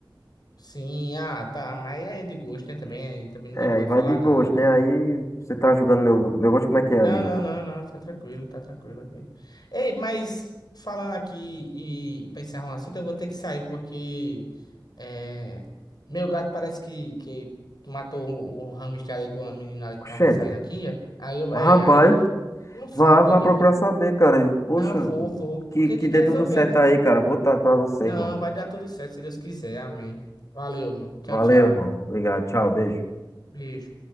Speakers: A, on the left; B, on the left.
A: Sim, ah, tá. Mas aí é de gosto, né? Também, também ninguém
B: É,
A: pode
B: aí vai
A: falar
B: de gosto,
A: nada, né?
B: né? Aí você tá julgando meu, meu gosto, como é que
A: Não,
B: é aí, Ilka?
A: não, não, não, tá tranquilo, tá tranquilo aqui. Ei, mas falando aqui e pra encerrar um assunto, eu vou ter que sair porque é, meu gato parece que, que matou o, o hamster ali de uma menina ali
B: Oxente.
A: que tava saindo aqui. é. Aí eu,
B: Mas,
A: é,
B: rapaz,
A: aí não sabe,
B: vá, vá procurar
A: eu vou.
B: saber, cara. Poxa,
A: Não, vou, vou, porque
B: que, que
A: tem
B: dê
A: que resolver,
B: tudo certo
A: né?
B: aí, cara. Boa tarde pra você,
A: Não,
B: irmão.
A: vai dar tudo certo se Deus quiser, amém. Valeu, mano. Tchau,
B: Valeu,
A: tchau.
B: irmão. Obrigado. Tchau, beijo.
A: Beijo.